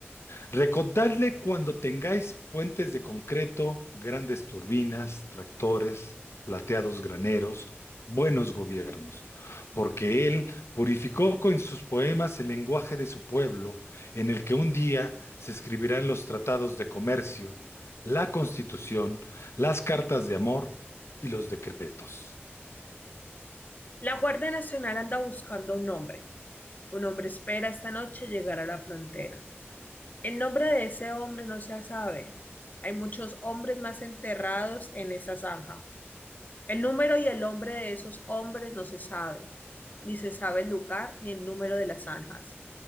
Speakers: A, on the left; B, on the left.
A: Recordadle cuando tengáis puentes de concreto, grandes turbinas, tractores, plateados graneros, buenos gobiernos, porque él purificó con sus poemas el lenguaje de su pueblo, en el que un día se escribirán los tratados de comercio, la constitución, las cartas de amor y los decretos.
B: La Guardia Nacional anda buscando a un hombre, Un hombre espera esta noche llegar a la frontera. El nombre de ese hombre no se sabe. Hay muchos hombres más enterrados en esa zanja. El número y el nombre de esos hombres no se sabe. Ni se sabe el lugar ni el número de las zanjas.